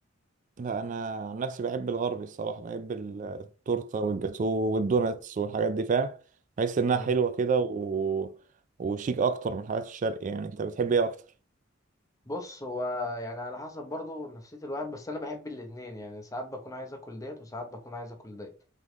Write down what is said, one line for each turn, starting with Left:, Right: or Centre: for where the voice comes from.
Right: لا انا عن نفسي بحب الغربي الصراحه بحب ال- التورته والجاتو والدوناتس والحاجات دي فاهم بحس انها
Left: مم.
Right: حلوه كده و... وشيك اكتر من الحاجات الشرقي يعني انت بتحب ايه اكتر
Left: بص هو يعني على حسب برضه نفسيه الواحد بس انا بحب الاتنين يعني ساعات بكون عايز اكل ديت وساعات بكون عايز اكل ديت